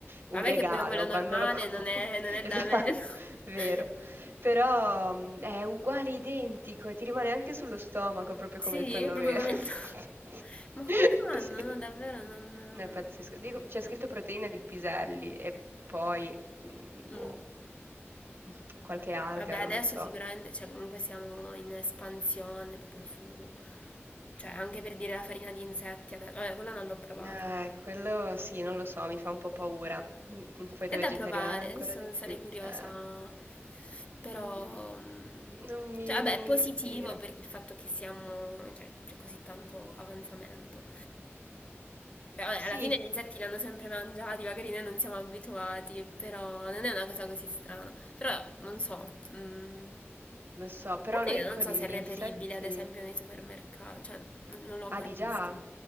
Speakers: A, on the right; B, on the left.
A: un
B: Vabbè che
A: regalo
B: pure quello normale
A: quando lo com
B: non è,
A: <laughs>
B: non è
A: esatto,
B: da meno.
A: vero.
B: <laughs>
A: Però, mhmm, è uguale, identico, e ti rimane anche sullo stomaco, proprio
B: Sì,
A: come il tonno
B: proprio
A: vero.
B: come il tuo.
A: <laughs>
B: Ma come fanno?
A: Sì.
B: No, davvero non...
A: No, è pazzesco. Dico c'è scritto proteina di piselli e poi, mhmm, boh,
B: Mm.
A: <laughs> qualche alga,
B: Vabbè,
A: non
B: adesso
A: lo so.
B: sicuramente, cioè comunque siamo in espansione proprio su... Cioè, anche per dire la farina di insetti, ade- vabbè, quella non l'ho provata.
A: Eh, quello sì, non lo so, mi fa un po' paura. Mh, mh, poi
B: È
A: da vegetariana
B: da provare,
A: ancora
B: so-
A: di
B: sarei
A: più.
B: curiosa,
A: Eh.
B: però...
A: Mhmm,
B: mm,
A: non mi
B: Cioè, vabbè,
A: non mi
B: è positivo
A: ispira.
B: per il fatto che siamo... Cioè, c'è così tanto avanzamento. Beh, vabbè,
A: Sì,
B: alla fine gli insetti li hanno sempre mangiati, magari noi non siamo abituati, però non è una cosa così strana. Però non so, mm, a
A: lo so, però
B: parte
A: noi
B: che non
A: con
B: so
A: gli
B: se è reperibile
A: insetti
B: ad esempio nei supermercati, cioè n- non l'ho ancora
A: ah, di già?
B: visto,